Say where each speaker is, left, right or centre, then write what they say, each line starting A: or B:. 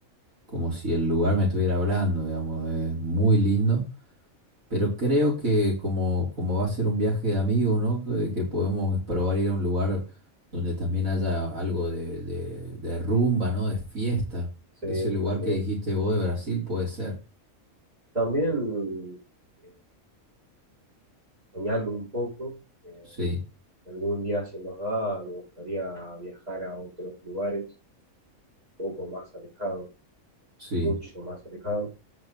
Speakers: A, on the right; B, on the right.
A: como si el lugar me estuviera hablando, digamos, es muy lindo. Pero creo que como, como va a ser un viaje de amigos, ¿no? Que, que podemos probar ir a un lugar donde también haya algo de, de, de rumba, ¿no? De fiesta.
B: Sí,
A: Ese lugar
B: también.
A: que dijiste vos de Brasil puede ser.
B: También eh, soñando un poco, eh,
A: Sí,
B: si algún día se nos da, me gustaría viajar a otros lugares, un poco más alejado
A: sí.
B: mucho más alejado